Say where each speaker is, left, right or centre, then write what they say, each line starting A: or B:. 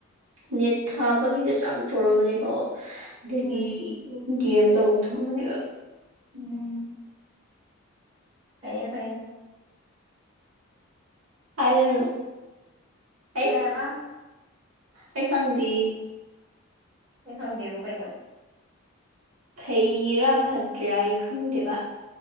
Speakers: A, on the right; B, on the right.
A: ꯅꯦꯠ ꯊꯥꯕꯒꯤꯒꯁꯨ ꯌꯥꯝ ꯇꯧꯔꯝꯕꯅꯦꯀꯣ ꯑꯗꯨꯒꯤ
B: ꯎꯝ
A: ꯗꯤ ꯑꯦꯝꯇꯧꯔ ꯊꯝꯕꯅꯦꯕ
B: ꯎꯝ ꯐꯩꯌꯦ ꯐꯩꯌꯦ
A: ꯑꯔ ꯑꯩ
B: ꯀꯩ ꯍꯥꯏꯕ
A: ꯑꯩ ꯈꯪꯗꯦ
B: ꯅꯣ ꯈꯪꯗꯦꯕꯨ ꯀꯩꯅꯣ
A: ꯐꯩꯔꯥ ꯐꯠꯇꯤꯔꯥ ꯑꯩ ꯈꯪꯗꯦꯕ